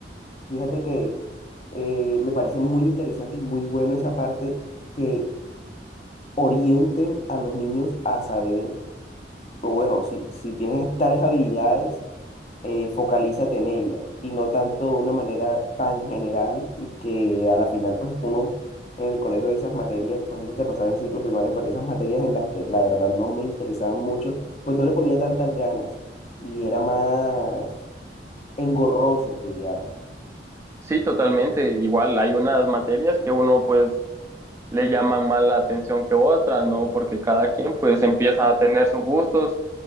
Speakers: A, on the left (about 35°); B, on the right (about 15°).
A: Fíjate que eh, me parece muy interesante y muy bueno esa parte que orienten a los niños a saber, o bueno, si, si tienes tales habilidades, eh, focalízate en ellas y no tanto de una manera tan general y que a la final, pues uno en el colegio de esas materias, no sé si te pasaba en ciclo primario, pero esas materias en las que la verdad no me interesaban mucho, pues no le ponía tantas ganas y era más engorroso estudiarlas.
B: Sí, totalmente. Igual hay unas materias que uno pues le llaman más la atención que otras, ¿no? Porque cada quien pues empieza a tener sus gustos